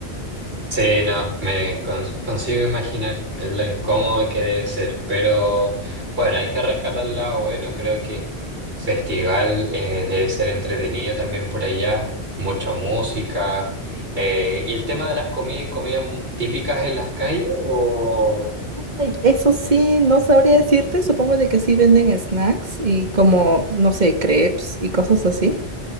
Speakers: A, on the right; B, on the right.
A: Sí, no, me con- consigo imaginar lo incómodo que debe ser, pero bueno, hay que rescatar el lado bueno, creo que festival eh, debe ser entretenido también por allá, mucha música, eh, y el tema de las comidas y comidas mu- típicas en las calles o...
B: Ay, Eso sí, no sabría decirte, supongo de que sí venden snacks y como, no sé, crepes y cosas así.